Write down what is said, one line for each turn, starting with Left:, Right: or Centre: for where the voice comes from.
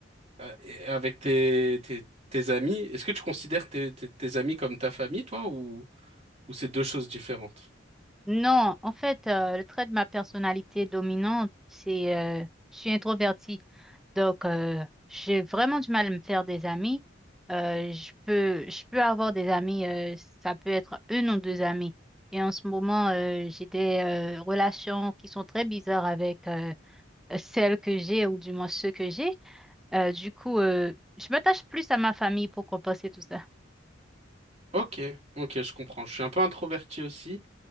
Right: euh, et avec tes, tes, tes amis, est-ce que tu considères tes, tes, tes amis comme ta famille, toi, ou... Ou c'est deux choses différentes?
Centre: non, en fait, euh, le trait de ma personnalité dominante, c'est euh, je suis introvertie. Donc, euh, j'ai vraiment du mal à me faire des amis. Euh, je peux, je peux avoir des amis, euh, ça peut être une ou deux amis. Et en ce moment, euh, j'ai des euh, relations qui sont très bizarres avec euh, celles que j'ai ou du moins ceux que j'ai. Euh, du coup, euh, je m'attache plus à ma famille pour compenser tout ça.
Right: Ok, ok, je comprends. Je suis un peu introverti aussi.